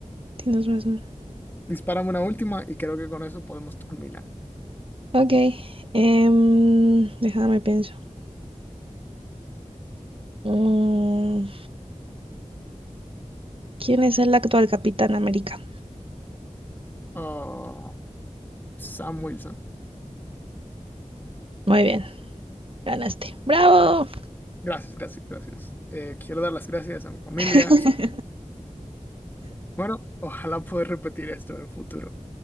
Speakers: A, on the right; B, on the left.
A: Tienes razón.
B: Dispárame una última y creo que con eso podemos culminar.
A: Ok, em, déjame pienso. Mm, ¿quién es el actual Capitán América?
B: Ah, Sam Wilson.
A: Muy bien, ganaste. ¡Bravo!
B: Gracias, gracias, gracias. Eh, quiero dar las gracias a mi familia.
A: <laughs>
B: Bueno, ojalá poder repetir esto en el futuro.